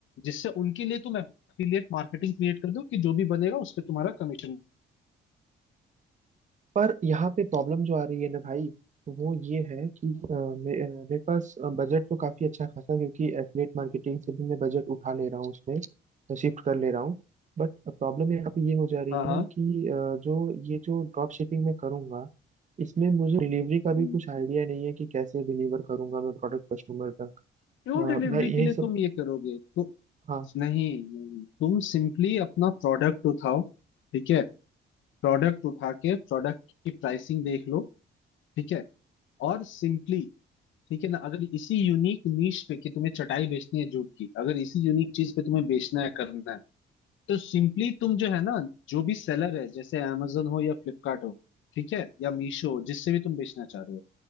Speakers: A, on the left; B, on the right.
A: जिससे उनके लिए तुम एफिलिएट मार्केटिंग क्रिएट कर दो कि जो भी बनेगा उस पे तुम्हारा कमीशन
B: पर यहाँ पे प्रॉब्लम जो आ रही है ना भाई वो ये है कि अ, मे, अ, मेरे पास बजट तो काफी अच्छा खासा क्योंकि एफिलेट मार्केटिंग से भी मैं बजट उठा ले रहा हूँ उसमें शिफ्ट कर ले रहा हूँ बट प्रॉब्लम यहाँ पे ये हो जा रही
A: हाँ
B: है
A: हाँ
B: ना कि अ, जो ये जो ड्रॉप शिपिंग मैं करूँगा इसमें मुझे डिलीवरी का भी
A: हम्म।
B: कुछ आइडिया नहीं है कि कैसे डिलीवर करूंगा मैं प्रोडक्ट कस्टमर तक
A: क्यों
B: अ,
A: डिलीवरी
B: मैं यही
A: के लिए
B: सब
A: तुम ये करोगे तो
B: हाँ
A: नहीं नहीं तुम सिंपली अपना प्रोडक्ट उठाओ ठीक है प्रोडक्ट उठा के प्रोडक्ट की प्राइसिंग देख लो ठीक है और सिंपली ठीक है ना अगर इसी यूनिक नीश पे कि तुम्हें चटाई बेचनी है जूट की अगर इसी यूनिक चीज पे तुम्हें बेचना है करना है तो सिंपली तुम जो है ना जो भी सेलर है जैसे amazon हो या फ्लिपकार्ट हो ठीक है या मीशो हो जिससे भी तुम बेचना चाह रहे हो